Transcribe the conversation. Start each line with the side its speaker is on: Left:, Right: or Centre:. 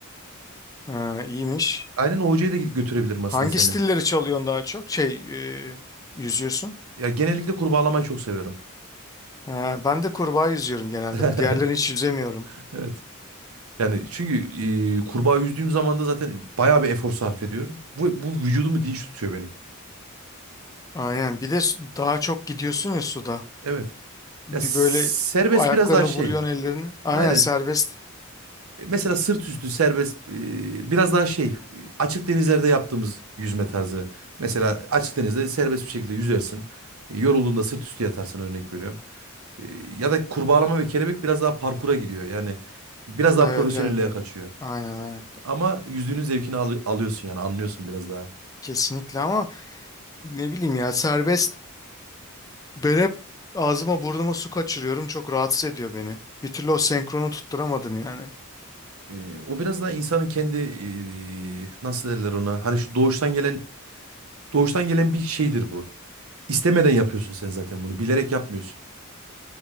Left: Ha, iyiymiş.
Right: Aynen o hocaya da götürebilirim aslında
Left: Hangi
Right: seni.
Left: stilleri çalıyorsun daha çok? Şey e, yüzüyorsun.
Right: Ya genellikle kurbağalamayı çok seviyorum.
Left: Ha, ben de kurbağa yüzüyorum genelde.
Right: <laughs>
Left: Diğerlerini hiç yüzemiyorum.
Right: Evet. Yani çünkü e, kurbağa yüzdüğüm zaman da zaten bayağı bir efor sarf ediyorum. Bu, bu vücudumu dinç tutuyor benim.
Left: Aynen. Bir de su- daha çok gidiyorsun ya suda.
Right: Evet.
Left: Bir
Right: Ya serbest
Left: böyle ayaklarını
Right: biraz daha şey.
Left: vuruyorsun ellerini. Aynen
Right: Aynen.
Left: serbest.
Right: E, Mesela sırt üstü serbest e, biraz daha şey. e, Açık denizlerde yaptığımız yüzme tarzı. Mesela açık denizde serbest bir şekilde yüzersin. E, Yorulduğunda sırt üstü yatarsın örnek veriyorum. E, Ya da kurbağalama ve kelebek biraz daha parkura gidiyor. Yani biraz daha
Left: Evet
Right: profesyonelliğe
Left: evet evet.
Right: kaçıyor.
Left: Aynen aynen.
Right: Ama yüzdüğünün zevkini alı- alıyorsun yani anlıyorsun biraz daha.
Left: Kesinlikle ama ne bileyim ya serbest. Ben hep ağzıma burnuma su kaçırıyorum. Çok rahatsız ediyor beni. Bir türlü o senkronu tutturamadım yani.
Right: Ee, o biraz daha insanın kendi ee, nasıl derler ona? Hani şu doğuştan gelen doğuştan gelen bir şeydir bu. İstemeden yapıyorsun sen zaten bunu. Bilerek yapmıyorsun.